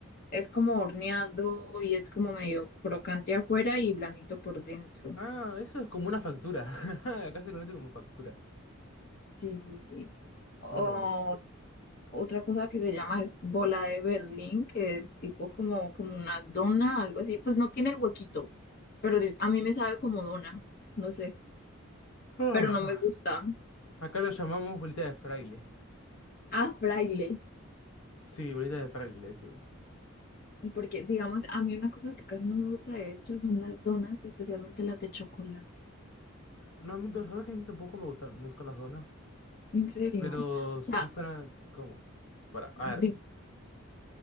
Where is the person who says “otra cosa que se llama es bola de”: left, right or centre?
Left